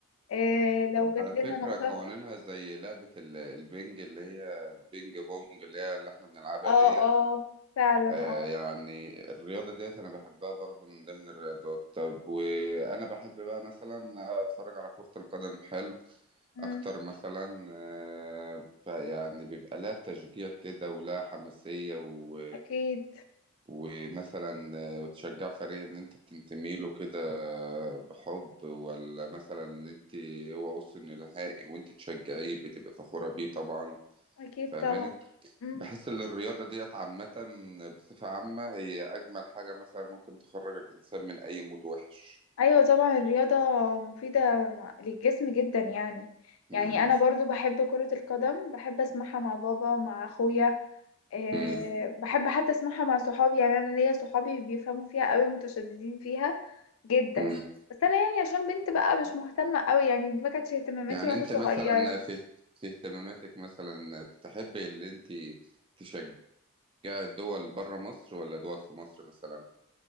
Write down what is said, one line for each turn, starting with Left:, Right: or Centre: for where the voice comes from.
Left: آه، لو جات
Right: على
Left: لنا
Right: فكرة
Left: نقطة
Right: قوانينها زي لعبة ال- البينج اللي هي بينج بونج اللي هي اللي احنا بنلعبها
Left: اه
Right: دي
Left: اه فعلا
Right: آه،
Left: اه
Right: يعني الرياضة ديت أنا بحبها برضو من ضمن الرياضات طب وأنا بحب بقى مثلا أتفرج على كرة القدم حلو
Left: مم،
Right: أكتر مثلا آه، فيعني بيبقى لها تشجيع كده ولها حماسية و...
Left: اكيد
Right: ومثلا آه، وتشجع فريق اللي أنت بتنتمي له كده بحب ولا مثلا إن أنت هو وصل نهائي وأنت تشجعيه بتبقى فخورة بيه طبعا
Left: أكيد
Right: فاهماني
Left: طبعا مم.
Right: بحس ان الرياضه ديت عامه بصفه عامه هي اجمل حاجه مثلا ممكن تخرج الانسان من اي مود وحش
Left: أيوة طبعا الرياضة مفيدة للجسم جدا يعني
Right: امم
Left: يعني أنا برضو بحب كرة القدم بحب أسمعها مع بابا مع أخويا أه
Right: امم
Left: بحب حتى أسمعها مع صحابي يعني أنا ليا صحابي بيفهموا فيها قوي متشددين فيها جدا
Right: امم
Left: بس أنا يعني عشان بنت بقى مش مهتمة قوي يعني دي ما كانتش اهتماماتي
Right: يعني
Left: وأنا
Right: انت
Left: صغيرة
Right: مثلا في في اهتماماتك مثلا تحبي اللي انت تشجعي الدول بره مصر ولا دول في مصر مثلا